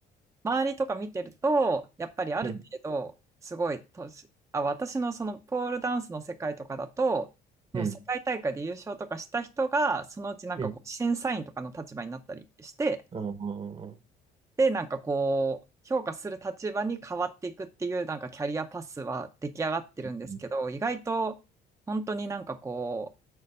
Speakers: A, on the right; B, on the right.
A: 周りとか見てると、やっぱりある程度、
B: うん
A: すごい年、あ、私のそのポールダンスの世界とかだと、もう世界大会で優勝とかした人が、
B: うん
A: そのうちなんかこう審査員とかの立場になったりして、
B: うん。ああ
A: で、なんかこう、評価する立場に変わっていくっていう、なんかキャリアパスは出来上がってるんですけど、
B: うん
A: 意外と、本当になんかこう、